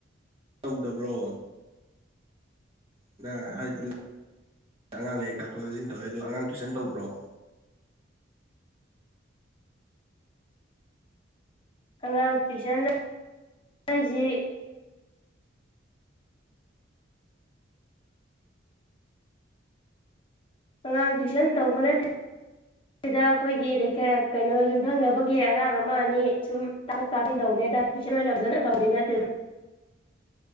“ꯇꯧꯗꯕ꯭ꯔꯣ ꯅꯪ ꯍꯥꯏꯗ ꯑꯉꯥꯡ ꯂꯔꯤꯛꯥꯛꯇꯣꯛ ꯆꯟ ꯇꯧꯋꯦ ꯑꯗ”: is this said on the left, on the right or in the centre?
Right